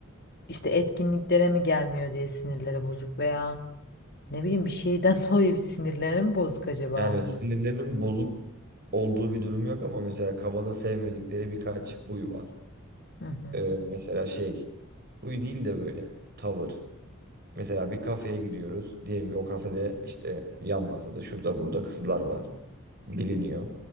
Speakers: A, on the left (about 50°); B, on the right (about 45°).
A: işte etkinliklere mi gelmiyor diye sinirleri bozuk veya ne bileyim bir şeyden <laughs> dolayı bir sinirleri mi bozuk acaba?
B: Yani sinirlerinin bozuk olduğu bir durum yok ama mesela kabada sevmedikleri birkaç huy var.
A: Hı hı.
B: E, mesela şey, huy değil de böyle tavır. Mesela bir kafeye gidiyoruz. Diyelim ki o kafede işte yan masada şurada burada kızlar var. Biliniyor.